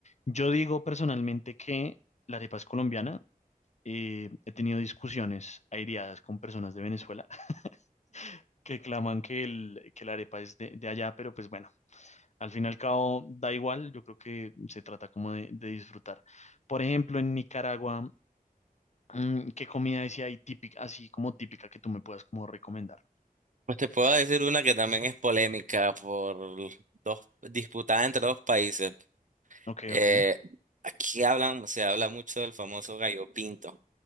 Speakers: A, on the left; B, on the right.
A: Yo digo personalmente que la arepa es colombiana. eh, he tenido discusiones aireadas con personas de Venezuela <laughs> que claman que, el, que la arepa es de, de allá, pero pues bueno, al fin y al cabo da igual, yo creo que se trata como de, de disfrutar. Por ejemplo, en Nicaragua, mm, ¿qué comida decía ahí típica, así como típica que tú me puedas como recomendar?
B: Pues te puedo decir una que también es polémica por dos, disputada entre dos países.
A: Ok,
B: Eh,
A: ok.
B: aquí hablan, se habla mucho del famoso gallo pinto.